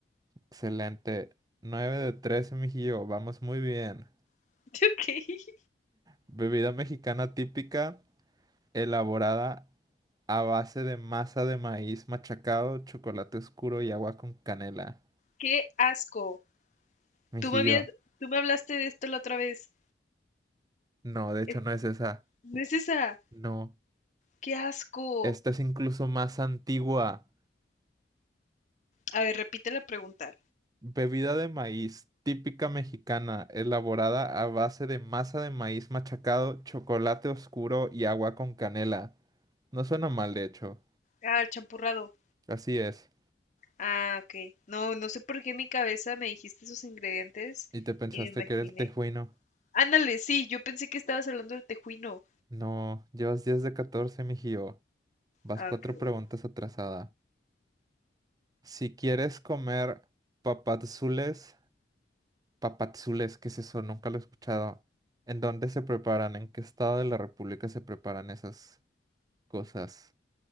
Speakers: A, on the right (about 20°); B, on the left (about 40°).
A: Excelente. nueve de 13, mijillo, vamos muy bien.
B: <laughs> Ok,
A: Bebida mexicana típica, elaborada a base de masa de maíz machacado, chocolate oscuro y agua con canela.
B: qué asco.
A: Mijillo,
B: Tú me habías, tú me hablaste de esto la otra vez.
A: no, de hecho
B: Es-
A: no es esa.
B: No es esa.
A: No,
B: Qué asco.
A: esta es incluso más antigua.
B: A ver, repite la pregunta.
A: Bebida de maíz, típica mexicana, elaborada a base de masa de maíz machacado, chocolate oscuro y agua con canela. No suena mal, de hecho.
B: Ah, el champurrado.
A: Así es.
B: Ah, ok. No, no sé por qué en mi cabeza me dijiste esos ingredientes
A: ¿Y te pensaste
B: y me
A: que
B: imaginé.
A: era el tejuino?
B: Ándale, sí, yo pensé que estabas hablando del tejuino.
A: No, llevas 10 de 14, mijío. Vas
B: Ah,
A: cuatro
B: ok, bueno.
A: preguntas atrasada. Si quieres comer papadzules, papadzules, ¿qué es eso? Nunca lo he escuchado. ¿En dónde se preparan? ¿En qué estado de la República se preparan esas cosas?